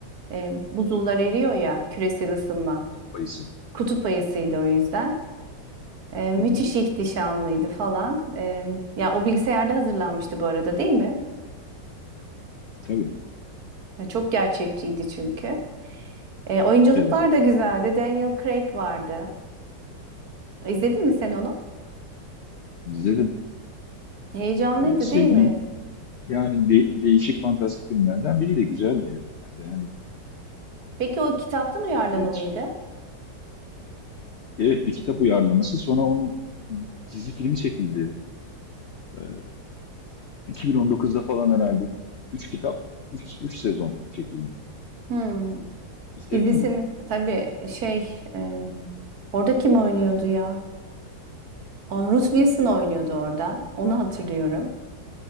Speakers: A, on the right (about 55°); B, on the left (about 75°).
A: Ee, buzullar eriyor ya küresel ısınma.
B: Kutup ayısı.
A: Kutup ayısıydı o yüzden. E, müthiş
B: Hı hı.
A: ihtişamlıydı falan. E, ya o bilgisayarda hazırlanmıştı bu arada değil mi?
B: Tabii.
A: E, çok gerçekçiydi çünkü. E, oyunculuklar
B: Evet.
A: da güzeldi. Daniel Craig vardı. E, İzledin mi sen onu?
B: İzledim.
A: Heyecanlıydı
B: Ee, sevdiğim
A: değil mi?
B: yani de- değişik fantastik filmlerden biri de güzeldi yani. Ben beğendim.
A: Peki o kitaptan uyarlama
B: Ee, c-
A: mıydı?
B: evet bir kitap uyarlaması. Sonra onun dizi filmi çekildi. Ee, 2019'da falan herhalde. Üç kitap, üç, üç sezon çekildi.
A: Hmm.
B: İzledin
A: Dizisini
B: mi onu?
A: tabii şey e, orada kim oynuyordu ya? O, Ruth Wilson oynuyordu orada. Onu hatırlıyorum.